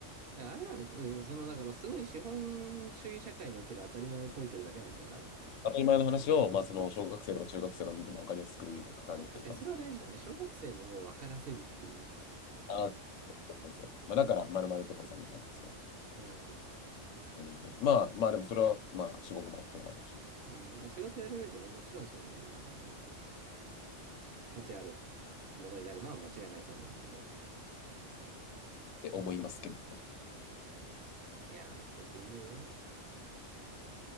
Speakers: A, on the right; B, on the left.
A: いやあれなんか、うんその、だからすごい資本主義社会における当たり前を解いてるだけなんだよ、多分。
B: 当たり前の話を、まあ、その小学生とか中学生が見ても分かりやすく言うかれてる感じ。
A: あまあ確かにそれは大事だね。小学生にもう分からせるっていう。
B: あ、そうそうそう。まあ、だから、まるまる父さんみたいな。そ
A: <laughs> うんうんう
B: う。うん、まあ、まあ、でもそれは、まあ、至極まっとうな話です。っ
A: ん、うんで仕事やる上でね、もちろんその、価値あるものになるのは間違いないと思うんだけど。
B: て思いますけど。
A: いや難しいぜ。